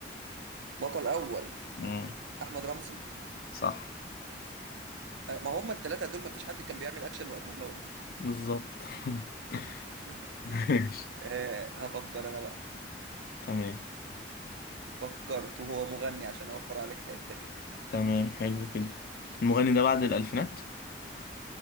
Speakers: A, on the right (about 85°); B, on the left (about 50°).
A: بطل اول
B: مم.
A: احمد رمزي
B: صح
A: آه، ما هم التلاتة دول مفيش حد كان بيعمل اكشن وقتها الا هم
B: بالظبط <laughs>
A: <laughs>
B: ماشي
A: آه، هفكر انا بقى
B: تمام
A: فكرت وهو مغني عشان اوفر عليك حتة كده
B: تمام حلو كده المغني ده بعد الألفينات